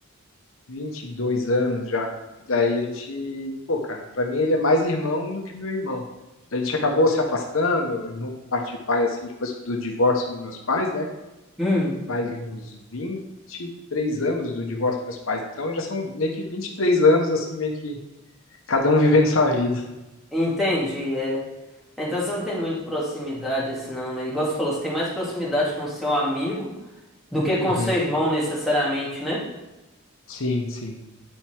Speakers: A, on the left; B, in the centre.
A: vinte e dois anos já. Daí a gente, pô, cara, pra mim ele é mais irmão do que meu irmão. A gente acabou se afastando, irmão por parte de pai, assim, depois do divórcio dos meus pais, né?
B: <laughs>
A: faz uns vinte e três anos do divórcio dos meus pais. Então já são meio que 23 anos, assim, meio que cada um vivendo sua vida.
B: Entendi, é. Então você não tem muito proximidade assim não, né? Igual você falou, você tem mais proximidade com seu amigo do que com
A: Uhum.
B: seu irmão necessariamente, né?
A: Sim, sim.